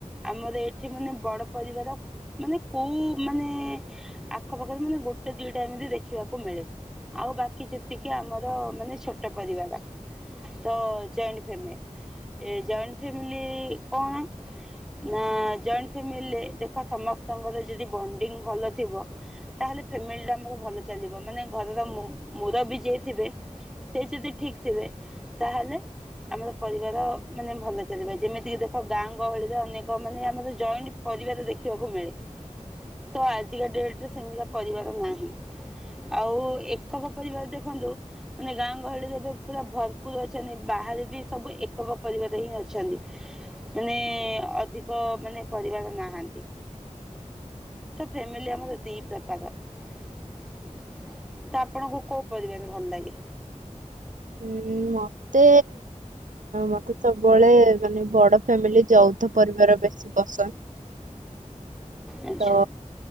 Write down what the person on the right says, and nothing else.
ହୁଁ ମତେ ମତେ ସବୁବେଳେ ମାନେ ବଡ ଫ୍ୟାମିଲି ଯୌଥ ପରିବାର ବେଶୀ ପସନ୍ଦ୍
ତ